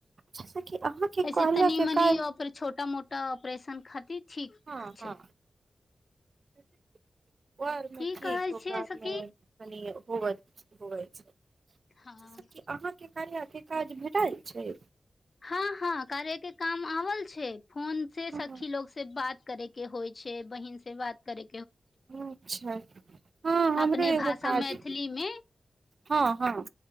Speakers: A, on the right (about 55°); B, on the left (about 50°).
A: जैस कि अहाँ के
B: ऐसे
A: कहलिय
B: तनी
A: के
B: मनी
A: काज
B: छोटा मोटा ऑपरेशन खातिर ठीक
A: हँ
B: छै
A: हँ <inaudible> ओरमे
B: की
A: क
B: कहै
A: ओकरामे
B: छियै सखी
A: कनी होबै होबै छै
B: हँ
A: सखी अहाँके कार्या काज भेटल छै
B: हँ हँ कार्या के काम आबल छै फोन से
A: अच्छा
B: सखी लोग से बात करै के होइ छै बहिन से बात करै
A: अच्छा हँ हमरो
B: अपने
A: एगो
B: भाषा
A: काज
B: मैथिली मे
A: हँ हँ